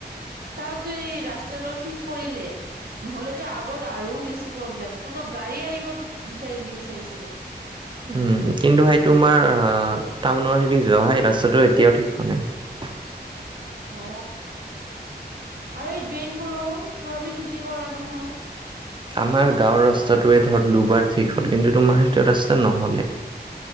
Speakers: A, on the right; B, on the right.
A: তাতো এই ৰাস্তাটো ঠিক কৰিলে নহলেতো আগত আৰু বেছি প্ৰব্লেম কোনো গাড়ী আহিব বিচাৰ নিবিচাৰিছিলে।
B: উম কিন্তু সেইটো আমাৰ আহ টাউনৰ খেদি যোৱা হয় ৰাস্তাটো এতিয়াও ঠিক ক, নাই।
A: অ আৰু এই ড্ৰেইন বোৰো পূৰৱী ঠিকেই কৰা নহয়।
B: আমাৰ গাঁওৰ ৰাস্তটোৱে ধৰ দুবাৰ ঠিক হল কিন্তু তোমাৰ সেইটো ৰাস্তা নহলে।